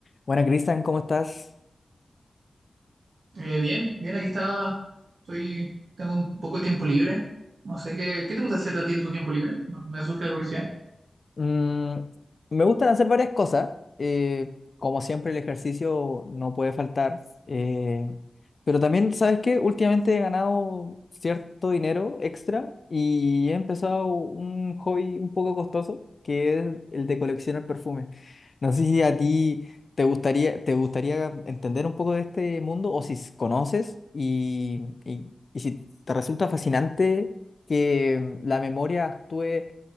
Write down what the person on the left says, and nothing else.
Buenas, Cristian, ¿cómo estás?
Mm, me gustan hacer varias cosas. eh, como siempre, el ejercicio no puede faltar. eh, pero también, ¿sabes qué? Últimamente he ganado cierto dinero extra y he empezado un hobby un poco costoso, que es el de coleccionar perfumes. No sé si a ti te gustaría, te gustaría entender un poco de este mundo o si s- conoces y, y y si te resulta fascinante que la memoria actúe